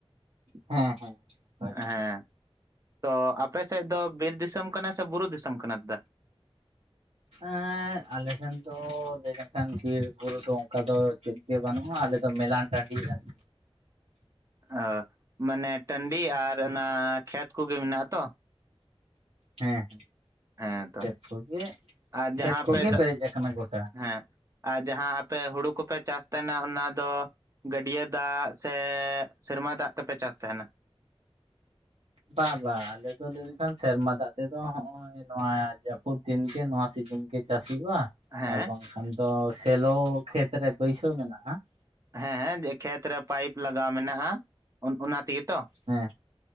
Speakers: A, on the right; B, on the right.
A: ᱦᱮᱸ ᱦᱮᱸ ᱚᱱᱠᱟᱜᱮ
B: ᱦᱮᱸ ᱛᱚ ᱟᱯᱮ ᱥᱮᱫ ᱫᱚ ᱵᱤᱨ ᱫᱤᱥᱚᱢ ᱠᱟᱱᱟ ᱥᱮ ᱵᱩᱨᱩ ᱫᱤᱥᱚᱢ ᱠᱟᱱᱟ ᱫᱟ
A: ᱮᱸ ᱟᱞᱮ ᱥᱮᱱ ᱫᱚ ᱞᱟᱹᱭ ᱞᱮᱱᱠᱷᱟᱱ ᱵᱤᱨ ᱵᱩᱨᱩ ᱫᱚ, ᱚᱱᱠᱟ ᱫᱚ ᱪᱮᱫ ᱜᱮ ᱵᱟᱹᱱᱩᱜᱼᱟ ᱟᱞᱮ ᱫᱚ ᱢᱮᱞᱟᱱ ᱴᱟᱺᱰᱤ ᱟᱨᱠᱤ,
B: ᱚ ᱢᱟᱱᱮ ᱴᱟᱺᱰᱤ ᱟᱨ ᱚᱱᱟ ᱠᱷᱮᱛ ᱠᱚᱜᱮ ᱢᱮᱱᱟᱜᱼᱟ ᱛᱚ
A: ᱦᱮᱸ
B: ᱦᱮᱸ ᱛᱚ
A: ᱠᱷᱮᱛ ᱠᱚᱜᱮ
B: ᱟᱨ ᱡᱟᱦᱟᱸ
A: ᱠᱷᱮᱛ ᱠᱚᱜᱮ
B: ᱯᱮ ᱫᱟᱜ
A: ᱯᱮᱨᱮᱡ ᱟᱠᱟᱱᱟ ᱜᱚᱴᱟ ᱾
B: ᱦᱮᱸ ᱟᱨ ᱡᱟᱦᱟᱸ ᱟᱯᱮ ᱦᱩᱲᱩ ᱠᱚᱯᱮ ᱪᱟᱥ ᱛᱟᱦᱮᱱᱟ ᱚᱱᱟ ᱫᱚ ᱜᱟᱹᱰᱭᱟᱹ ᱫᱟᱜ ᱥᱮ ᱥᱮᱨᱢᱟ ᱫᱟᱜ ᱛᱮᱯᱮ ᱪᱟᱥ ᱛᱟᱦᱮᱱᱟ?
A: ᱵᱟ ᱵᱟᱝ ᱟᱞᱮ ᱫᱚ ᱞᱟᱹᱭ ᱞᱮᱠᱷᱟᱱ ᱥᱮᱨᱢᱟ ᱫᱟᱜ ᱛᱮᱫᱚ ᱦᱚᱜᱼᱚᱭ ᱱᱚᱣᱟ ᱡᱟᱹᱯᱩᱫ ᱫᱤᱱ ᱜᱮ ᱱᱚᱣᱟ ᱥᱤᱡᱤᱱ ᱜᱮ ᱪᱟᱥ ᱦᱩᱭᱩᱜᱼᱟ ᱾
B: ᱦᱮᱸ
A: ᱟᱨ ᱵᱟᱝᱠᱷᱟᱱ ᱫᱚ ᱥᱮᱞᱚ ᱠᱷᱮᱛᱨᱮ ᱵᱟᱹᱭᱥᱟᱹᱣ ᱢᱮᱱᱟᱜᱼᱟ ᱾
B: ᱦᱮᱸ ᱦᱮᱸ ᱡᱮ ᱠᱷᱮᱛ ᱨᱮ ᱯᱟᱭᱤᱯ ᱞᱟᱜᱟᱣ ᱢᱮᱱᱟᱜᱼᱟ ᱚᱱᱟ ᱛᱮᱜᱮ ᱛᱚ,
A: ᱦᱮᱸ